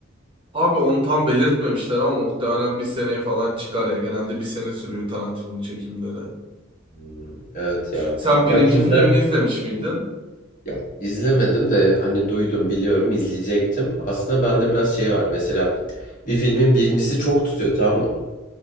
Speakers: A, on the right (about 25°); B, on the left (about 40°).
A: Abi onu tam belirtmemişler ama muhtemelen bir seneye falan çıkar ya. Genelde bir sene sürüyor Tarantino'nun çekimleri.
B: Hmm, Evet ya.
A: Sen
B: Ya
A: birinci
B: filmler
A: filmini izlemiş miydin?
B: ya izlemedim de hani duydum biliyorum izleyecektim. Aslında bende
A: Aha.
B: biraz şey var. Mesela bir filmin birincisi çok tutuyor tamam mı?